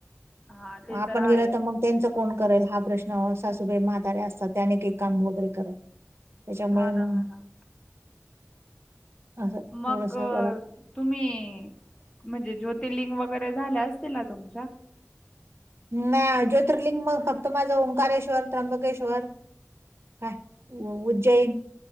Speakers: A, on the left (about 20°); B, on the right (about 55°).
A: हा ते
B: म आपण
A: आहेच.
B: गेला तर मग- त्यांच कोण करेल? हा प्रश्न. सासूबाई म्हाताऱ्या असतात. त्या नाही काही काम वगैरे करत. त्याच्यामुळे
A: हा ना.
B: मग
A: हा ना.
B: असं
A: मग-
B: थोडस जरा
A: तुम्ही म्हणजे ज्योतिर्लिंग वगैरे झाले असतील ना तुमच?
B: नाही. ज्योतिर्लिंग मग फक्त माझं ओंकारेश्वर, त्र्यंबकेश्वर. काय उज्जैन.